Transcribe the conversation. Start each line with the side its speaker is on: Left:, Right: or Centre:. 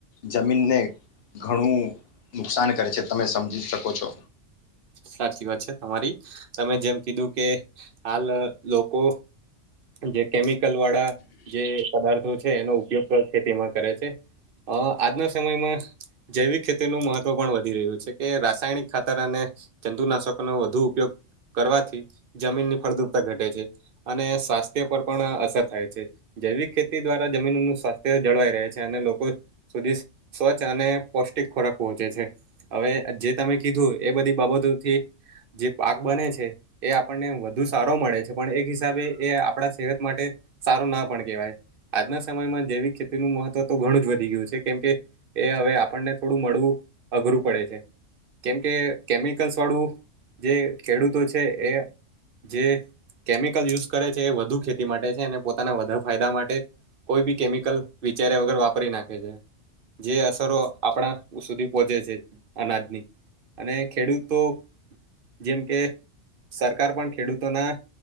Left: જમીનને ઘણું નુકસાન કરે છે તમે સમજી શકો છો.
Right: સાચી વાત છે તમારી તમે જેમ કીધું કે હાલ અહ લોકો જે કેમિકલ વાળા જે પદાર્થો છે એનો ઉપયોગ ખેતીમાં કરે છે. અહ આજના સમયમાં જૈવિક ખેતીનું મહત્વ પણ વધી રહ્યું છે કે રાસાયણિક ખાતર અને જંતુનાશકનો વધુ ઉપયોગ કરવાથી જમીન ની ફળદ્રળતા ઘટે છે. અને સ્વાસ્થ્ય પર પણ અહ અસર થાય છે. જૈવિક ખેતી દ્વારા જમીનનું સ્વાસ્થ્ય જળવાઈ રહે છે અને લોકો સુધી સ્વચ્છ અને પૌષ્ટિક ખોરાક પહોંચે છે હવે જે તમે કીધું એ બધી બાબતોથી જે પાક બને છે એ આપણને વધુ સારો મળે છે પણ એક હિસાબે એ આપણા સેહત માટે સારો ના પણ કેહેવાય આજના સમયમાં જૈવિક ખેતીનું મહત્વ તો ઘણું જ વધી ગયું છે કેમ કે એ હવે આપણને થોડું મળવું અઘરું પડે છે કેમકે કેમિકલ્સ વાળું જે ખેડૂતો છે એ જે કેમિકલ યુઝ કરે છે એ વધુ ખેતી માટે છે અને પોતાના વધારે ફાયદા માટે કોઈ બી કેમિકલ વિચાર્યા વગર વાપરી નાખે છે. જે અસરો આપણા સુધી પહોંચે છે અનાજની અને ખેડૂતો જેમ કે સરકાર પણ ખેડૂતોના